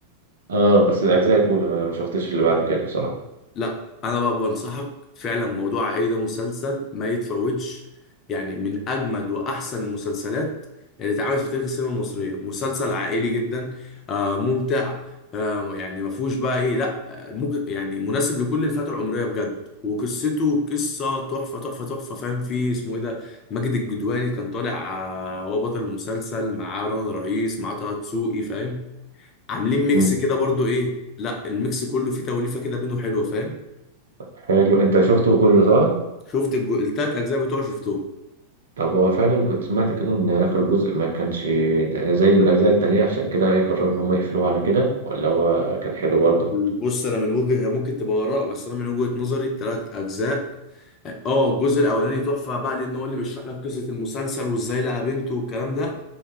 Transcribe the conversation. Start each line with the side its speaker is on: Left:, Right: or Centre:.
Right: اه بس الاجزاء الاولى ما ما شفتش اللي بعد كده بصراحه
Left: لا انا بقى بنصحك فعلا موضوع عائلي ده مسلسل ما يتفوتش يعني من اجمد واحسن المسلسلات اللي اتعملت في تاريخ السينما المصريه مسلسل عائلي جدا آه ممتع آه يعني ما فيهوش بقى ايه لا آه، ممكن يعني مناسب لكل الفئات العمريه بجد وقصته قصه تحفه تحفه تحفه فاهم فيه اسمه ايه ده ماجد الجدواني كان طالع آه، هو بطل المسلسل معاه رنا رئيس معاه طه دسوقي فاهم عاملين ميكس
Right: مم.
Left: كده برضو ايه لا الميكس كله فيه توليفه كده بينه حلوه فاهم
Right: حلو انت شفته كله صح
Left: شفت الجو... التلات اجزاء بتوعه شفتهم
Right: طب هو فعلا كنت سمعت كده ان اخر جزء ما كانش زي الاجزاء التانية عشان كده ايه قرروا ان هم يقفلوه على كده ولا هو كان حلو برضه
Left: بص انا من وجهه هي ممكن تبقى اراء بس انا من وجهه نظري التلات اجزاء اه الجزء الاولاني تحفه بقى لان هو اللي بيشرح لك قصه المسلسل وازاي لقى بنته والكلام ده